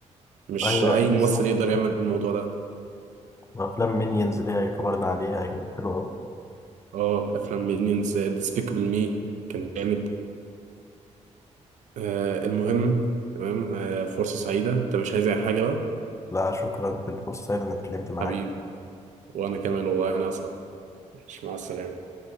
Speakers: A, on the right (about 75°); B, on the left (about 25°).
A: مش
B: ايوه
A: اي
B: بالظبط
A: ممثل يقدر
B: كده
A: يعمل الموضوع ده
B: وافلام مينيونز اللي هي كبرنا عليها كانت حلوه أوي.
A: اه افلام مينيونز ديسبيكابل مي كان جامد آه المهم تمام آه فرصة سعيدة انت مش عايز اي حاجة بقى
B: لا شكرا كنت فرصه سعيده اني اتكلمت معاك
A: حبيبي وانا كمان والله انا اسعد ماشي مع السلامة